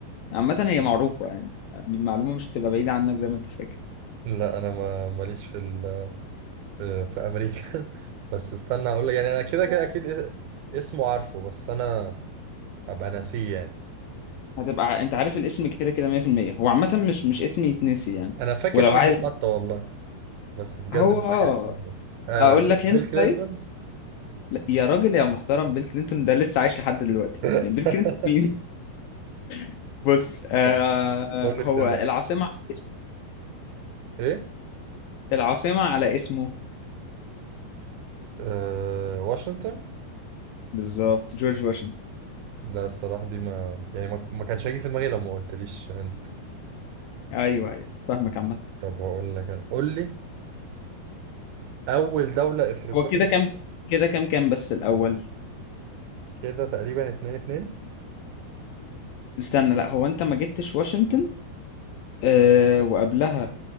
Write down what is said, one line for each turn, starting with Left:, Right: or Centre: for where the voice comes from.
Left: عامة هي معروفة يعني معلومة مش تبقى بعيدة عنك زي ما انت فاكر
Right: لا انا ما ماليش في ال... في في امريكا <laughs> بس استنى اقول لك يعني انا كده كده اكيد اسمه عارفه بس انا ابقى ناسيه يعني
Left: هتبقى ع- انت عارف الاسم كده كده 100% هو عامة مش مش اسم يتنسي يعني
Right: انا فاكر
Left: ولو
Right: شكله
Left: عايز
Right: حتى <laughs> والله بس بجد
Left: هو
Right: مش
Left: اه
Right: فاكر اسمه آه
Left: اقول
Right: ب-
Left: لك انت
Right: بيل كلينتون
Left: طيب لا يا راجل يا محترم بيل كلينتون ده لسه عايش لحد دلوقتي
Right: <laughs>
Left: يعني بيل كلينتون مين <laughs> بص آه
Right: طب قول لي
Left: هو
Right: اختيارات
Left: العاصمة على اسمه
Right: ايه
Left: العاصمة على اسمه
Right: آه واشنطن
Left: بالظبط جورج واشنطن
Right: لا الصراحه دي ما يعني ما, ما كانش هيجي في دماغي لو ما قلتليش هند
Left: ايوه ايوه فاهمك عامة
Right: طب هقول لك انا قول لي اول دوله افريقيه
Left: هو كده كام كده كام كام بس الاول
Right: كده تقريبا اتنين اتنين
Left: استنى لا هو انت ما جبتش واشنطن آه وقبلها